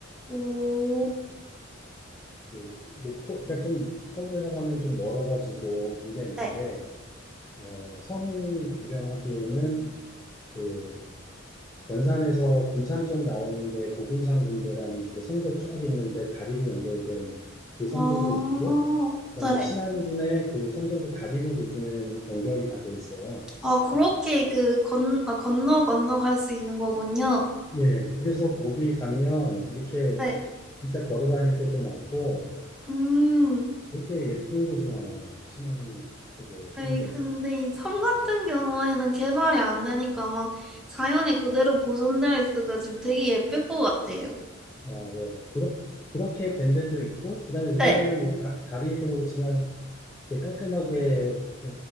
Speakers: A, in the centre; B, on the left (about 15°).
A: 오,
B: 그 목포, 그러니까 좀 서울에서 가면 좀 멀어가지고 굉장히 먼데,
A: 네.
B: 어, 섬 구경하기에는 그 연산에서 군산 쪽 나오는데 고군산군대라는 이제 섬도 쫙 있는데 다리로 연결된 그 섬들도
A: 아,
B: 있고, 그다음에
A: 네.
B: 신안군의 그 섬들도 다리로 요즘에는 연결이 다 돼 있어요.
A: 아, 그렇게 그 건, 아, 건너 건너 갈 수 있는 거군요.
B: 예, 그래서 거기 가면 이렇게
A: 네.
B: 진짜 걸어 다닐 때도 많고
A: 음.
B: 되게 예쁜 곳이 많아요. 신안 쪽에
A: 아니,
B: 섬들도.
A: 근데 이 섬 같은 경우에는 개발이 안 되니까 막 자연이 그대로 보존되어 있어가지고 되게 예쁠 것 같아요.
B: 아, 예. 그렇, 그렇게 된 데도 있고, 그다음에 요즘에는
A: 네.
B: 뭐 다, 다리도 그렇지만 이렇게 깔끔하게 어,